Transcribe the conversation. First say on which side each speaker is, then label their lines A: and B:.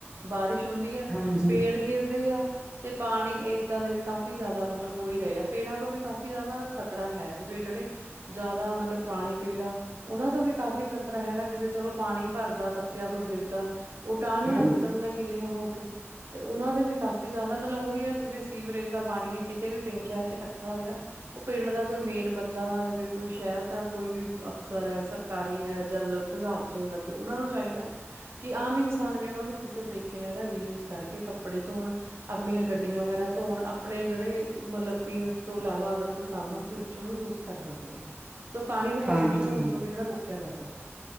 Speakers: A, on the right (about 60°); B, on the right (about 15°).
A: ਬਾਰਿਸ਼ ਹੁੰਦੀ ਹੈ,
B: ਹਾਂਜੀ
A: ਪੇੜ ਗਿਰਦੇ ਆ। ਤੇ ਪਾਣੀਏਦਾਂ ਦੇ ਵੀ ਕਾਫ਼ੀ ਜ਼ਿਆਦਾ ਮਤਲਬ ਹੋ ਹੀ ਰਹੇ, ਆ ਪੇੜਾਂ ਤੋਂ ਵੀ ਕਾਫ਼ੀ ਜ਼ਿਆਦਾ ਖ਼ਤਰਾ ਹੈ ਜਿਵੇ ਜਿਹੜੇ, ਜ਼ਿਆਦਾ ਮਤਲਬ ਪੁਰਾਣੇ, ਪੀੜਾ ਉਹਨਾਂ ਤੋਂ ਵੀ ਕਾਫ਼ੀ ਖ਼ਤਰਾ ਹੈਗਾ ਜਿਵੇਂ ਚਲੋ ਪਾਣੀ ਭਰਦਾ ਪੱਤਿਆਂ ਤੋਂ ਗਿਰਦਾ। ਉਹ ਟਾਹਣੀਆਂ
B: ਹਾਂਜੀ
A: ਟੁੱਟਦੀਆਂ ਗਿੱਲੀਆਂ ਹੋ ਕੇ ਤੇ ਉਹਨਾਂ ਦੇ ਵੀ ਕਾਫ਼ੀ ਜ਼ਿਆਦਾ ਮਤਲਬ ਉਹੀ ਹੈ, ਜਿਵੇਂ ਸੀਵਰੇਜ ਦਾ ਪਾਣੀ ਹੈ ਕਿਤੇ ਵੀ ਪਿੰਡ ਸ਼ਹਿਰ ਚ ਇਕੱਠਾ ਹੋ ਰਿਹਾ। ਉਹ ਪਿੰਡ ਦਾ ਕੋਈ ਮੇਨ ਬੰਦਾ ਜਿਵੇਂ ਕੋਈ ਸ਼ਹਿਰ ਦਾ ਕੋਈ ਵੀ, ਅਫਸਰ ਏ ਸਰਕਾਰੀ ਏ, ਜਲ ਵਿਭਾਗ ਚ ਲੱਗੇ ਉਹਨਾ ਨੂੰ ਚਾਹੀਦਾ। ਕਿ ਆਮ ਇਨਸਾਨ ਵੀ ਜਿਹੜਾ ਉਹਨੂੰ ਕਿਸੇ ਤਰੀਕੇ ਨਾਲ ਜਿਹੜਾ ਰੀਯੂਜ ਕਰਕੇ ਕੱਪੜੇ ਧੋਣ, ਆਪਣੀਆਂ ਗੱਡੀਆਂ ਵਗੈਰਾ ਧੋਣ- ਆਪਣੇ ਜਿਹੜੇ ਮਤਲਬ ਪੀਣ ਤੋਂ ਇਲਾਵਾ ਅਗਰ ਕੋਈ ਕੰਮ ਆ ਅਸੀਂ ਉੱਚੋਂਨੂੰ ਯੂਜ ਕਰ ਸਕਦੇ ਹਾਂ- ਸੋ ਪਾਣੀ ਨੂੰ ਪ੍ਰਦੂਸ਼ਣ
B: ਹਾਂਜੀ
A: ਹੋਣ ਤੋਂ ਵੀ ਜਿਹੜਾ ਰੋਕਿਆ ਜਾ ਸਕਦਾ-